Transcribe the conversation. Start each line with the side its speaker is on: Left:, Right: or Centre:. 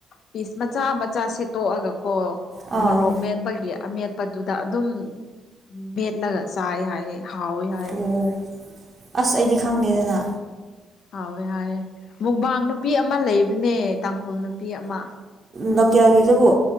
Left: ꯄꯤꯁ ꯃꯆꯥ ꯃꯆꯥ ꯁꯦꯠꯇꯣꯛꯑꯒꯀꯣ
Right: ꯑꯥ
Left: ꯃꯣꯔꯣꯛ ꯃꯦꯠꯄꯒꯤ ꯑꯃꯦꯠ ꯄꯗꯨꯗ ꯑꯗꯨꯝ ꯃꯦꯠꯂꯒ ꯆꯥꯏ ꯍꯥꯏꯑꯦ ꯍꯥꯎꯋꯦ ꯍꯥꯏꯌꯦ
Right: ꯑꯣ ꯑꯁ ꯑꯩꯗꯤ ꯈꯪꯗꯦꯗꯅ
Left: ꯍꯥꯎꯋꯦ ꯍꯥꯏꯑꯦ ꯃꯨꯛꯕꯥꯡ ꯅꯨꯄꯤ ꯑꯃ ꯂꯩꯕꯅꯦ ꯇꯥꯡꯈꯨꯜ ꯅꯨꯄꯤ ꯑꯃ
Right: ꯅꯀꯦꯒꯦꯖꯕꯨ